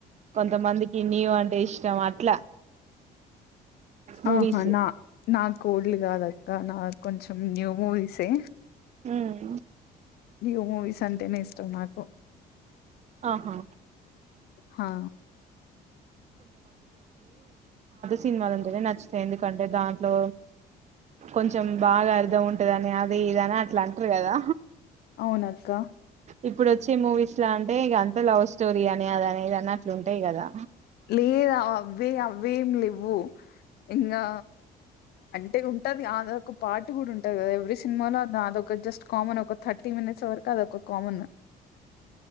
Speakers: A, on the right; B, on the left.
A: కొంతమందికి న్యూ అంటే ఇష్టం అట్ మూవీస్
B: ఆహా నా నాకు ఓల్డ్ కాదు ఇంకా నా కొంచెం న్యూ మూవీసే
A: ఉమ్
B: న్యూ మూవీస్ అంటేనే ఇష్టం నాకు
A: ఆహా
B: హా
A: సిన్మాలుంటేనే నచ్చుత ఎందుకంటే దాంట్లో కొంచెం బాగా అర్థం ఉంటదని అది ఇదని అట్లా అంటరు కదా
B: అవునక్క
A: ఇప్పుడు వచ్చే మూవీస్ లా అంటే ఇగ అం లా <unintelligible> స్టోరీ అని అది అని ఇది అన్నట్లు ఉంటయి కదా
B: లేద అవే అవేమి లెవ్వు ఇంకా అంటే ఉంటది ఆదొక పాట కూడా ఉంటది కదా సినిమాలో అదొక జస్ట్ కామన్ ఒక థర్టీ మినిట్స్ వరకు అదొ ఒక కామన్